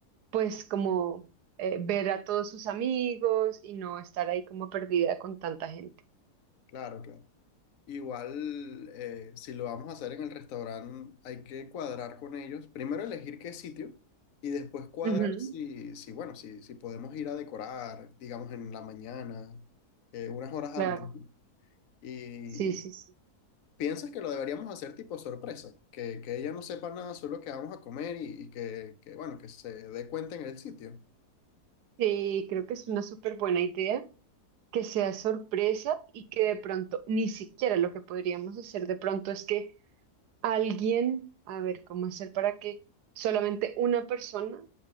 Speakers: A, on the right (about 85°); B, on the left (about 65°).
A: pues como eh, ver a todos sus amigos y no estar ahí como perdida con tanta gente.
B: Claro, claro. Igual, eh, si lo vamos a hacer en el restaurante, hay que cuadrar con ellos. Primero elegir qué sitio y después cuadrar
A: Ujú,
B: si, si bueno, si, si podemos ir a decorar, digamos, en la mañana, eh, unas horas
A: claro,
B: antes. ¿no? Y
A: sí, sí, sí.
B: ¿Piensas que lo deberíamos hacer tipo sorpresa? Que, que ella no sepa nada, solo que vamos a comer y, y que, que, bueno, que se dé cuenta en el sitio.
A: Sí, creo que es una súper buena idea que sea sorpresa y que de pronto, ni siquiera lo que podríamos hacer de pronto es que alguien, a ver, ¿cómo hacer para que solamente una persona